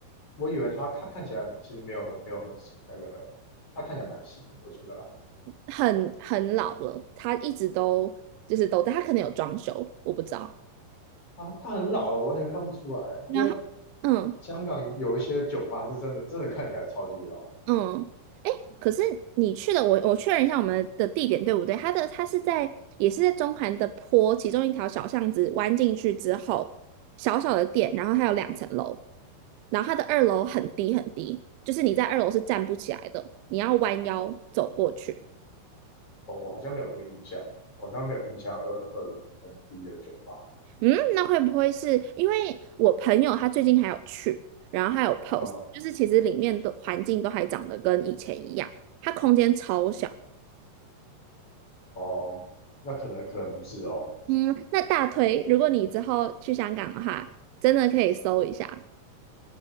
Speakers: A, on the left; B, on the right.
A: 我以为他看看起来其实没有很没有很那个，他看起来蛮新的，我觉得啦
B: 很很老了，它一直都就是都在，它可能有装修，我不知道。
A: 啊，他很老了，完全看不出来，
B: 然后，
A: 因为
B: 嗯
A: 香港有一些酒吧是真的真的看起来超级老，
B: 嗯，哎，可是你去的，我我确认一下我们的地点对不对？它的它是在也是在中环的坡其中一条小巷子弯进去之后，
A: 嗯，
B: 小小的店，然后它有两层楼，然后它的二楼很低很低，就是你在二楼是站不起来的，你要弯腰走过去。
A: 哦，我好像没有这个印象，我好像没有印象二二楼很低的酒吧，
B: 嗯，那会不会是因为我朋友他最近还有去，然后还有 post，
A: 嗯，
B: 就是其实里面的环境都还长得跟以前一样，它空间超小。
A: 哦，那可能可能不是哦，
B: 嗯，那大推，如果你之后去香港的话，真的可以搜一下。